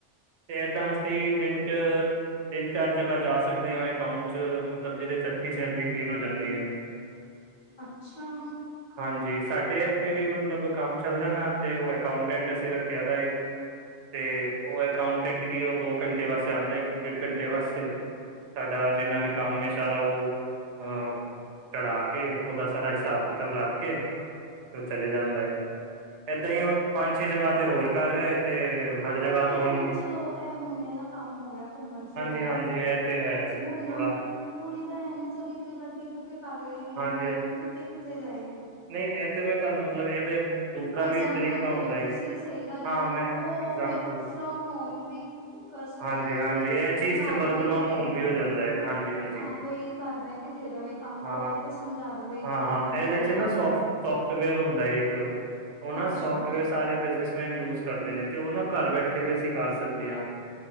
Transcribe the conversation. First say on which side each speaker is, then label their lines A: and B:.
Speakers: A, on the right; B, on the left.
A: ਤੇ ਇਦਾਂ ਅਸੀਂ ਦਿਨ ਚੱ ਤਿੰਨ ਚਾਰ ਜਗ੍ਹਾ ਜਾ ਸਕਦੇ ਹਾਂ ਅਕਾਊਂਟ ਚ ਮੱਤਲਬ ਜਿਹਦੇ ਚ ਅੱਛੀ ਸੈਲਰੀ ਗੇਨ ਜਾਂਦੀ ਹੈ
B: ਅੱਛਾ-ਅੱਛਾ
A: ਹਾਂਜੀ ਸਾਡੇ ਇੱਥੇ ਵੀ ਮਤਲਬ ਕੰਮ ਚੱਲਦਾ ਨਾ ਤੇ ਉਹ ਅਕਾਂਟੈਂਟ ਅਸੀਂ ਰੱਖਿਆ ਦਾ ਇਹ ਤੇ ਉਹ ਅਕਾਉਂਟੈਂਟ ਹੀ ਉਹ ਦੋ ਘੰਟੇ ਵਾਸਤੇ ਆਉਂਦਾ ਇੱਕ ਡੇਢ ਘੰਟੇ ਵਾਸਤੇ ਸਾਡਾ ਜਿੰਨਾ ਵੀ ਕੰਮ ਸਾਰਾ ਉਹ ਅ ਚੜਾ ਕੇ ਉਹਦਾ ਸਾਰਾ ਹਿਸਾਬ ਕਿਤਾਬ ਰੱਖ ਕੇ ਤੇ ਉਹ ਚਲੇ ਜਾਂਦਾ ਹੈ ਏਦਾਂ ਹੀ ਉਹ ਪੰਜ ਛੇ ਜਗ੍ਹਾ ਤੇ ਹੋਰ ਕਰ ਰਿਹਾ ਹੈ ਤੇ ਹਰ
B: ਪਰ
A: ਜਗ੍ਹਾ
B: ਇਹ
A: ਤੋਂ ਉਹਨੂੰ
B: ਨਾ ਚਲੋ ਇਹ ਮੁੰਡਿਆਂ ਦਾ ਕੰਮ ਹੋ ਗਿਆ ਘੁੰਮਣ ਫਿਰਨ
A: ਹਾਂਜੀ ਇਹ ਤੇ ਹੈ
B: ਅੱ
A: ਥੋੜਾ
B: ਹੋਣ ਮੈਂ ਕੁੜੀ ਦਾ ਇਹ ਨਾ ਚੱਲ ਇੱਕ ਜਗ੍ਹਾ ਟਿੱਕ ਕੇ ਕਰ ਲਏਗੀ
A: ਹਾਂਜੀ
B: ਹੁਣ ਕਿੱਥੇ ਕਿੱਥੇ ਜਾਏਗੀ
A: ਨਹੀਂ ਇਹ ਤੇ ਮੈਂ ਤੁਹਾਨੂੰ ਮਤਲਬ ਇਹਦੇ ਦੂਸਰਾ
B: ਐਗਜਾਮਪਲ
A: ਵੀ ਇੱਕ ਤਰੀਕਾ
B: ਦੇ
A: ਹੁੰਦਾ
B: ਰਹੇ ਹੋ ਤੁਸੀਂ
A: ਏ
B: ਸਹੀ ਗੱਲ
A: ਹਾਂ
B: ਹੈ
A: ਮੈਂ
B: ਉਹ
A: ਇਗਜਾਮਪਲ
B: ਵਰਕ ਫਰੋਮ ਹੋਮ ਵੀ ਕਰ ਸਕਦੇ
A: ਹਾਂਜੀ-ਹਾਂਜੀ
B: ਨੇ ਅਗਰ ਕੋਈ
A: ਇਹ ਚੀਜ਼
B: ਘਰ
A: 'ਚ ਵਰਕ
B: ਬਹਿ
A: ਫਰੋਮ
B: ਕੇ ਦਿੰਦਾ
A: ਹੋਮ ਵੀ ਹੋ ਜਾਂਦਾ ਹੈ ਹਾਂਜੀ-ਹਾਂਜੀ
B: ਹਾਂ ਕੋਈ ਘਰ ਬਹਿ ਕੇ ਕੇ ਦੇ ਦੇਵੇ ਕੰਮ
A: ਹਾਂ।
B: ਕੋਲ ਤੇ ਸਮਝਾ ਦੇਵੇ
A: ਹਾਂ-ਹਾਂ
B: ਕੀ ਐਂਟਰੀਆਂ
A: ਇਹਦੇ 'ਚ ਨਾ ਸੋਫਟ ਸੋਫਟਵੇਅਰ ਹੁੰਦਾ ਇੱਕ ਉਹ ਨਾ
B: ਅੱਛਾ
A: ਸੋਫਟਵੇਅਰ ਸਾਰੇ ਬਿਜਨਸਮੈਨ ਯੂਜ ਕਰਦੇ ਨੇ ਤੇ ਉਹ ਨਾ ਘਰ ਬੈਠੇ ਵੀ ਅਸੀਂ ਕਰ ਸਕਦੇ ਹਾਂ